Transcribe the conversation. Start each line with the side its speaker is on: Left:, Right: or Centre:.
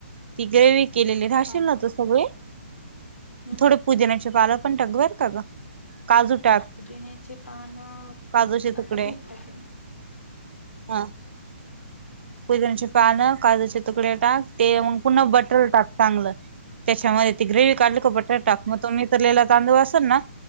Right: ती ग्रेव्ही केलेली राशील
Left: हा
Right: ना तू सगळी
Left: हम्म
Right: थोडे पुदिन्याचे पान पण टाक बरं का ग, काजू टाक.
Left: <unintelligible> आन
Right: काजूचे
Left: आता
Right: तुकडे
Left: भेट त्याच ना.
Right: हा. पुदिन्याचे पान, काजूचे तुकडे टाक ते मग पुन्हा बटर टाक चांगलं. त्याच्यामध्ये
Left: हम्म
Right: ती ग्रेव्ही काढली का बटाटा टाक म तो निथळलेला तांदूळ असेल ना